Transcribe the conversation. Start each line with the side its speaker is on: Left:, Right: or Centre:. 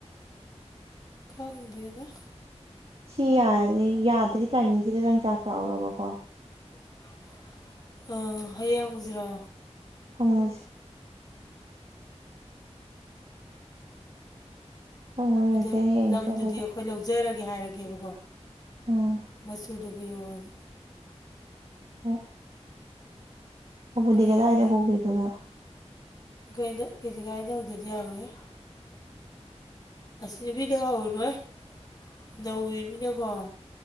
Left: ꯈꯪꯪꯗꯦꯗ
Right: ꯁꯤ ꯌꯥꯔꯤ ꯌꯥꯗ꯭ꯔꯤ ꯇꯥꯏꯃꯤꯡꯁꯤꯗ ꯂꯪꯆꯥꯛ ꯆꯥꯛꯍꯧꯔꯕꯀꯣ
Left: <inaudible> ꯑ ꯍꯩ ꯌꯦꯡꯉꯨꯖꯤꯔꯣ
Right: ꯍꯪꯉꯨꯖꯤ ꯍꯪꯉꯨꯔꯁꯦ
Left: ꯑꯗꯨ
Right: ꯍꯌꯦꯡ
Left: ꯂꯪꯗꯨꯗꯤ
Right: ꯆꯠꯂꯒ
Left: ꯑꯩꯈꯣꯏ ꯑꯩꯈꯣꯏ ꯂꯧꯖꯔꯒꯦ ꯍꯥꯏꯔꯒꯦꯕꯀꯣ
Right: ꯑꯥ
Left: ꯃꯆꯨꯗꯣ ꯄꯤꯔꯛꯑꯣꯅꯦ
Right: ꯍꯣꯏ ꯍꯕꯨꯗꯤ
Left: ꯀꯌꯥꯅꯣ
Right: ꯀꯗꯥꯏꯗ ꯍꯒꯦꯗꯨꯒ
Left: ꯀꯩꯗ ꯀꯦꯖꯤ ꯒꯥꯥꯏꯗ ꯍꯧꯗꯗꯤ ꯌꯥꯔꯣꯍꯦ ꯑꯁꯤ ꯅꯨꯄꯤꯗꯒ ꯍꯧꯔꯨꯅꯨꯍꯩ ꯅꯧꯔꯤꯃꯤꯅꯀꯣ